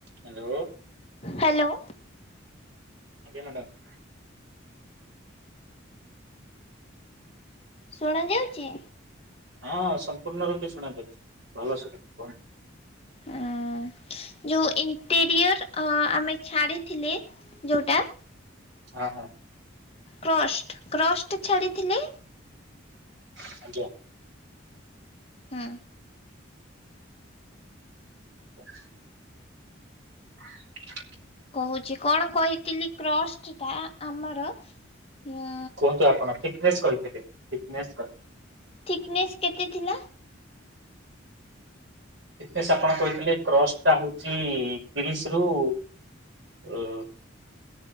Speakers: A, on the right; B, on the left.
A: Hello.
B: Hello.
A: ଆଜ୍ଞା madam.
B: ସୁଣା ଯାଉଛି?
A: ହଁ ସମ୍ପୂର୍ଣ୍ଣ ରୂପେ ଶୁଣା ଯାଉଛି। ଭଲ ଶୁଭୁଛି କୁହ
B: ଅଁ, ଯୋଉ ଇଣ୍ଟେରିୟର ଆମେ ଛାଡ଼ିଥିଲେ ଯୋଉଟା
A: ହଁ ହଁ।
B: କ୍ରଷ୍ଟ, କ୍ରଷ୍ଟ ଛାଡ଼ିଥିଲେ।
A: ଆଜ୍ଞା।
B: ହୁଁ।
A: <inaudible> <inaudible>
B: କୋହୁଚି କଣ କହିଥିଲି କ୍ରଷ୍ଟଟା ଆମର ଉଁ
A: କିନ୍ତୁ ଆପଣ ଥିକନେସ୍ କହିଥିଲେ ଥିକନେସ୍
B: ଥିକନେସ କେତେ ଥିଲା?
A: ଥିକନେସ୍ ଆପଣ କହିଥିଲେ କ୍ରସଟା ହୋଉଚି ତିରିଶରୁ ଉ